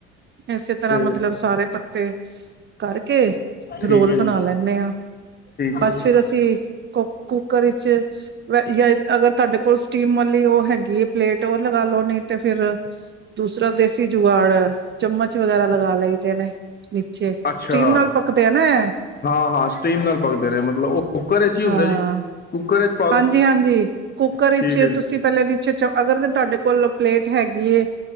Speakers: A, on the right; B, on the left.
A: ਇਸੇ ਤਰ੍ਹਾਂ
B: ਤੇ
A: ਮਤਲਬ ਸਾਰੇ ਪੱਤੇ ਕਰਕੇ
B: ਠੀਕ
A: ਰੋਲ
B: ਹੈ
A: ਬਣਾ
B: ਜੀ
A: ਲੈਂਏ ਆ
B: ਠੀਕ
A: ਬਸ
B: ਹੈ ਜੀ
A: ਫਿਰ ਅਸੀਂ ਕੋ ਕੁੱਕਰ ਵਿੱਚ ਯਾਂ ਅਗਰ ਤੁਹਾਡੇ ਕੋਲ ਸਟੀਮ ਵਾਲੀ ਉਹ ਹੈਗੀ ਹੈ ਪਲੇਟ ਉਹ ਲਗਾ ਲੋ ਨੀ ਤੇ ਫੇਰ ਦੂਸਰਾ ਦੇਸੀ ਜੁਵਾੜ ਐ। ਚਮਚ ਵਗੈਰਾ ਲਗਾ ਲਈ ਦੇ ਨੇ ਨੀਚੇ
B: ਅੱਛਾ
A: ਸਟੀਮ ਨਾਲ ਪੱਕਦੇ ਆ ਨਾ ਐ।
B: ਹਾਂ ਹਾਂ ਸਟੀਮ ਨਾਲ ਪਕਦੇ ਨੇ ਮਤਲਬ ਉਹ ਕੁੱਕਰ ਵਿੱਚ ਹੀ ਹੁੰਦਾ
A: ਹਾਂ,
B: ਜੀ ਕੁੱਕਰ ਵਿੱਚ ਪਾ ਦੋ
A: ਹਾਂਜੀ-ਹਾਂਜੀ ਕੁੱਕਰ
B: ਠੀਕ
A: ਵਿੱਚ
B: ਹੈ ਜੀ
A: ਤੁਸੀਂ ਪਹਿਲੇ ਨੀਚੇ ਚ ਅਗਰ ਤੁਹਾਡੇ ਕੋਲ ਪਲੇਟ ਹੈ। ਹੈਗੀ ਏ।